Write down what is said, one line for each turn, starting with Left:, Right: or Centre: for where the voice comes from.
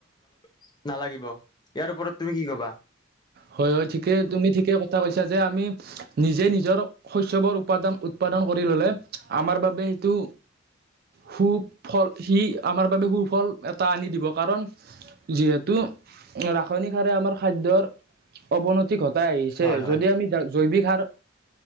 Left: ন নালাগিব ইয়াৰ ওপৰত তুমি কি ক'বা?
Right: হয়, হয় ঠিকেই তুমি ঠিকে কথা কৈছা, যে আমি নিজে নিজৰ শস্যবোৰ উৎপাদান উৎপাদন কৰি ল'লে আমাৰ বাবে সেইটো সুফল সি আমাৰ বাবে সুফল এটা আনি দিব। কাৰণ যিহেতু ৰাসায়নিক সাৰে আমাৰ খাদ্যৰ অৱনতি ঘটাই আহিছে।
Left: হয় হয়
Right: যদি আমি জৈৱিক সাৰ